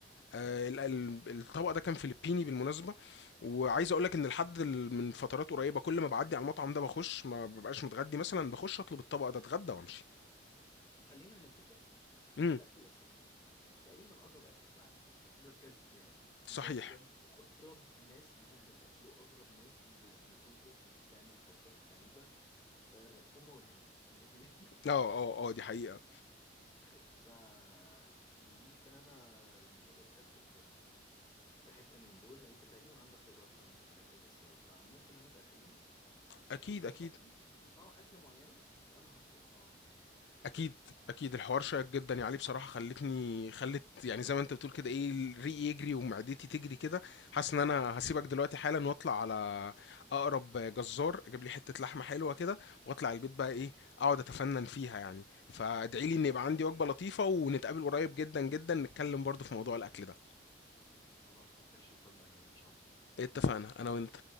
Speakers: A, on the left; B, on the left.
A: آه، ال- ال- الطبق ده كان فلبيني بالمناسبه وعايز اقول لك ان لحد ال- من فترات قريبه كل ما بعدي على المطعم ده بخش ما ببقاش متغدي مثلا بخش اطلب الطبق ده اتغدى وامشي
B: خلينا نتفق
A: امم
B: ان الاكل الاسيوي تقريبا اغرب اكل في العالم <laughs> ده بجد يعني
A: صحيح
B: ب- بجد اغرب ناس بتعمل اكل واغرب ناس ب- بتطبخ وبتعمل خلطات غريبة آه، هما والهند الاثنين
A: اه اه اه دي حقيقه
B: <laughs> فممكن انا لما اجي اسافر في حتة من دول انت تقريبا عندك خبرة اكتر مني في الاكل الاسيوي فممكن انا ابقى اكلمك
A: اكيد
B: وترشح
A: اكيد
B: لي نوع اكل معينة ابقى انا هطلبها من هناك اوكي
A: اكيد اكيد الحوار شيق جدا يعني عليه بصراحه خلتني خلت يعني زي ما انت بتقول كده ايه ريقي يجري ومعدتي تجري كده حاسس ان انا هسيبك دلوقتي حالا واطلع على اقرب جزار اجيب لي حته لحمه حلوه كده واطلع البيت بقى ايه اقعد اتفنن فيها يعني فادعي لي ان يبقى عندي وجبه لطيفه ونتقابل قريب جدا جدا نتكلم برضو في موضوع الاكل ده
B: خلاص اوكي شيف وجبة هنية ان شاء الله
A: اتفقنا انا وانت